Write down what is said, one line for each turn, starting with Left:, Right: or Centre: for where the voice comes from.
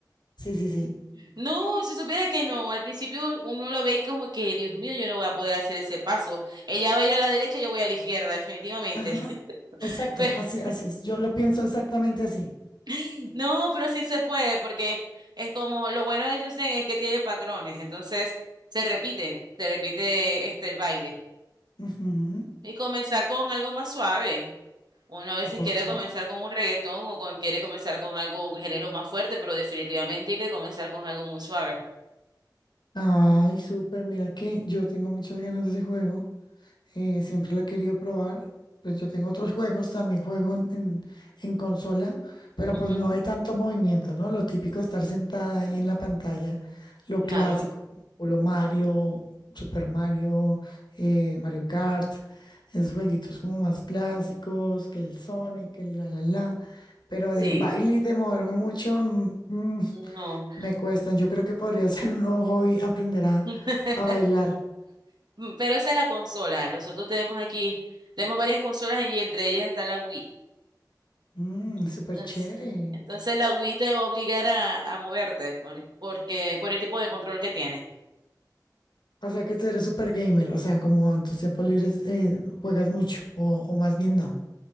Left: Sí, sí, sí.
Right: No, si supiera que no, al principio uno lo ve como que, Dios mío, yo no voy a poder hacer ese paso. Ella va a ir a la derecha, yo voy a la izquierda, definitivamente.
Left: Ajá. Exacto,
Right: Pero-
Left: así, así es. Yo lo pienso exactamente así.
Right: <laughs> no, pero sí se puede, porque es como lo bueno de Yusen es que tiene patrones, entonces se repite, se repite este el baile.
Left: Ujú.
Right: Y comenzar con algo más suave. Uno a veces
Left: Ok.
Right: quiere comenzar con un reggaetón o con, quiere comenzar con algo, un género más fuerte, pero definitivamente hay que comenzar con algo muy suave.
Left: Ay, súper, mira que yo tengo muchas ganas de ese juego. eh, siempre lo he querido probar. Pues yo tengo otros <laughs> juegos, también juego en, en- en consola, pero
Right: Ujú,
Left: pues no hay tanto movimiento, ¿no? Lo típico de estar sentada ahí en la pantalla, lo
Right: claro,
Left: clásico, como puro Mario, Super Mario, eh, Mario Kart, es jueguitos como más clásicos, que el Sonic, que el la la la, pero
Right: sí,
Left: de baile y de moverme mucho, mm, mm,
Right: no.
Left: me cuestan. Yo creo que podría <laughs> ser un nuevo hobby aprender a,
Right: <laughs>
Left: a bailar.
Right: Pero esa es la consola. Nosotros tenemos aquí, tenemos varias consolas y entre ellas está la Wii.
Left: Mm,
Right: Entonces,
Left: súper chévere.
Right: entonces la Wii te va a obligar a, a moverte por- porque, por el tipo de control que tiene.
Left: O sea que tú eres super gamer, o sea, como en tus tiempos libres eh, juegas mucho, o, o más bien no.